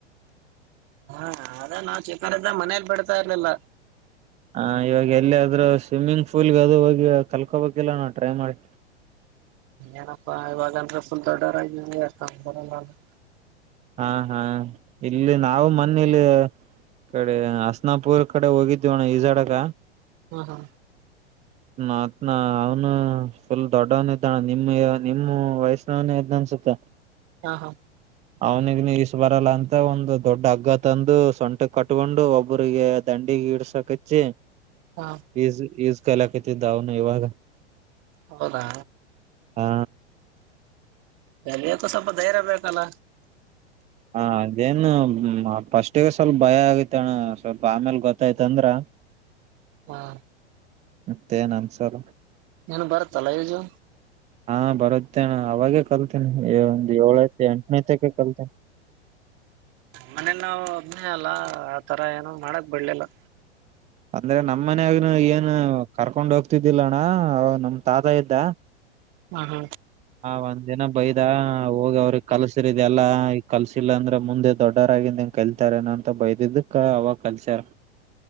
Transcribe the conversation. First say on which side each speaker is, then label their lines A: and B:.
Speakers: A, on the right; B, on the right.
A: ಹಾ ಆದ ನಾ ಚಿಕ್ಕವನಿದ್ದಾಗ ಮನೇಲಿ ಬಿಡ್ತಾ ಇರ್ಲಿಲ್ಲ
B: ಹ ಇವಾಗ ಎಲ್ಲಿದ್ರೂ ಸ್ವಿಮ್ಮಿಂಗ್ ಪೂಲ್ಗೆ ಅದು ಹೋಗಿ ಕಲ್ಕೋಬೇಕಿಲ್ಲ ನಾವು ಟ್ರೈ ಮಾಡಿ
A: ಏನಪ್ಪ ಇವಾಗ ಅಂದ್ರಫುಲ್ ದೊಡ್ಡೊವ್ರಗಿವಿ ಅಷ್ಟೊಂದು <unintelligible>
B: ಹಾ ಹಾ ಇಲ್ಲಿ ನಾವು ಮನೇಲಿ ಕಡೆ ಹಸ್ನಾಪುರ್ ಕಡೆ ಹೋಗಿದ್ವಣ ಈಜಾಡಕ
A: ಹ್ಮ ಹ್ಮ
B: ಮತ್ನಾ ಅವ್ನು ಫುಲ್ ದೊಡ್ಡವನ ಇದ್ದಾ ನಿಮ್ಮ ನಿಮ್ಮ ವಯಸ್ಸನವನ ಇದ್ನ <unintelligible> ತ
A: ಹಾ ಹಾ
B: ಅವನಿಗ್ ನೀ ಇಸ್ ಬರಲ್ಲ ಅಂತ ಒಂದು ದೊಡ್ಡ ಹಗ್ಗ ತಂದು ಸೊಂಟ ಕಟ್ಕೊಂಡು ಒಬ್ಬರಿಗೆ ದಂಡ <unintelligible> ಗಿಡ್ಸಕಚ್ಚಿ
A: ಹಾ
B: ಈಜ್ ಈಜು ಕಾಲಿಕಾತಿದ್ದ ಅವ್ನು ಇವಾಗ
A: ಹೌದಾ
B: ಹಾ
A: ಕಲಿಯೋಕ್ಕು ಸ್ವಲ್ಪ ಧೈರ್ಯ ಬೇಕಲ್ಲ
B: ಹ ಅದೇನು ಪಫಸ್ಟಿಗೆ ಸ್ವಲ್ಪ ಭಯ ಆಗೈತಣ್ಣ ಸ್ವಲ್ಪ ಆಮೇಲ್ ಗೊತ್ತಾಯ್ತಂದ್ರ
A: ಹಾ
B: ಮತ್ತೆ ಏನ ಅನ್ಸಾರ
A: ನೀನು ಬರತ್ತಲ್ಲಾ ಯಜು
B: ಹಾ ಬರುತ್ತೇನೆ ಅವಾಗೇ ಕಲ್ತೀನೆಿ ಒಂದ್ ಏಳೈ ಎಂಟನೇ ತಕ ಕಲ್ತೇನಿ
A: ಮನೇಲಿ ನಾವು ಒಭ್ನಯ ಅಲ್ಲ ಆತರ ಏನು ಮಾಡಕ್ ಬಿಡ್ಲಿಲ್ಲ
B: ಅಂದ್ರೆ ನಮ್ ಮನಾಗನು ಏನು ಕರ್ಕೊಂಡ್ ಹೋಗ್ತಿದ್ದಿಲ್ಲಣ್ಣ ಅವ ನಮ ತಾತ ಇದ್ದ
A: ಹ್ಮ ಹ್ಮ
B: ಹ ಒಂದ್ ದಿನ ಬೈದ ಹೋಗಿ ಅವ್ರಿಗೆ ಕಲ್ಸರಿದ ಎಲ್ಲಾ ಈ ಕಲ್ಸಿಲ್ಲ ಅಂದ್ರೆ ಮುಂದೆ ದೊಡ್ಡರ ಗಿ ಕಲ್ತಾರಏನ ಅಂತ ಬೈದಿದ್ದಕ್ಕ ಅವಾಗ ಕಲ್ಸಾರ